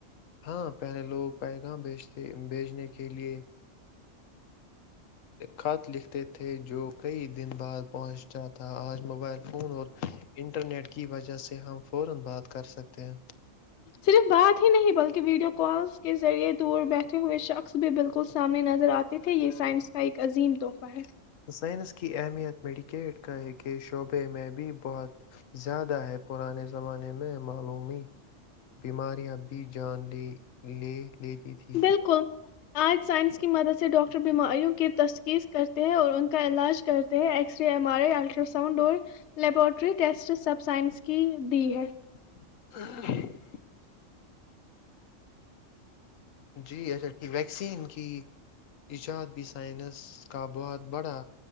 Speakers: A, on the left; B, on the left.
A: ہاں پہلے لوگ پیغاں بیچتے بیچنے کے لیے خط لکھتے تھے جو کئی دن بعد پہنچتا تھا آج موبائل فون اور انٹرنیٹ کی وجہ سے ہم فورا بات کر سکتے ہیں
B: صرف بات ہی نہیں بلکہ ویڈیو کالس کے ذریعے دور بیٹھے ہوئے شخص بھی بالکل سامنے نظر آتے تھے یہ سائنس کا ایک عظیم تحفہ ہے
A: سائنس کی اہمیت میڈیکیٹ کا ہے کہ شعبے میں بھی بہت زیادہ ہے پرانے زمانے میں معلومی بیماریاں بھی جان لی لے لیتی تھی
B: بالکل آج سائنس کی مدد سے ڈاکٹر بیماریوں کی تشخیص کرتے ہیں اور ان کا علاج کرتے ہیں X ray M R I ultrasound اور لیبورٹری ٹیسٹ سب سائنس کی دی ہے
A: ہاں جی اچھا ٹھیک ویکسین کی ایجاد بھی سائنس کا بہت بڑا